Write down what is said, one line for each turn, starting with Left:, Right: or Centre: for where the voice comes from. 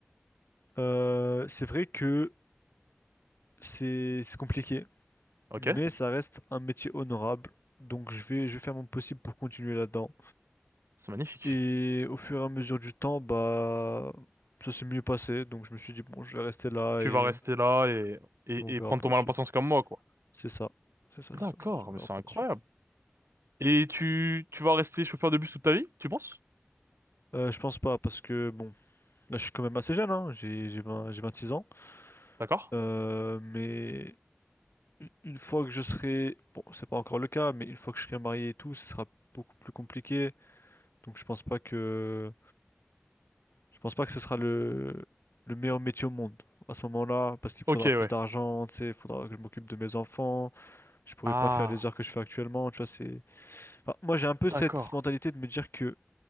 Left: euh, c'est vrai que c'est c'est compliqué,
Right: Ok?
Left: mais ça reste un métier honorable, donc je vais je vais faire mon possible pour continuer là-dedans.
Right: C'est magnifique.
Left: Et au fur et à mesure du temps, bah ça s'est mieux passé, donc je me suis dit bon, je vais rester là
Right: Tu
Left: et
Right: vas rester là et, et,
Left: on verra
Right: et prendre
Left: pour
Right: ton
Left: la
Right: mal
Left: suite.
Right: en patience comme moi, quoi.
Left: C'est ça, c'est ça, c'est
Right: D'accord,
Left: ça. Je me suis dit, on
Right: mais
Left: verra
Right: c'est
Left: pour
Right: incroyable.
Left: la suite.
Right: Et tu, tu vas rester chauffeur de bus toute ta vie, tu penses?
Left: Euh, je pense pas, parce que bon, là je suis quand même assez jeune, hein, j'ai j'ai 20 j'ai 26 ans.
Right: D'accord?
Left: Euh, mais u- une fois que je serai, bon, c'est pas encore le cas, mais une fois que je serai marié et tout, ce sera beaucoup plus compliqué. Donc je pense pas que je pense pas que ce sera le le meilleur métier au monde à ce moment-là, parce qu'il faudra
Right: Ok,
Left: plus
Right: ouais.
Left: d'argent, tu sais, il faudra que je m'occupe de mes enfants. Je pourrai
Right: Ah,
Left: pas faire les heures que je fais actuellement, tu vois. C'est, enfin, moi j'ai un peu
Right: d'accord.
Left: cette mentalité de me dire que